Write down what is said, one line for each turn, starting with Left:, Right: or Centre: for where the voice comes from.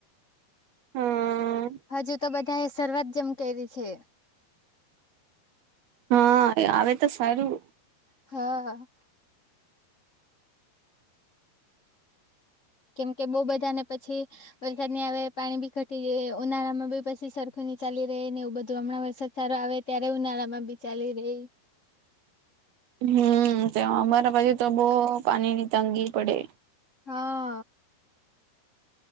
Right: હા
Left: હજુ તો બધાયે શરૂઆત જેમ કયરી છે.
Right: હા એ આવે તો સારું.
Left: હા. કેમ કે બો બધાને પછી વરસાદ ની આવે પાણી બી ઘટી જાયે ઉનાળામાં બી પસી સરખું ની ચાલી રેય ને એવું બધું અમણાં વરસાદ સારો આવે ત્યારે ઉનાળા માં બી ચાલી રેય.
Right: હું ત્યો અમારા બાજુ તો બો પાની ની તંગી પડે.
Left: હા.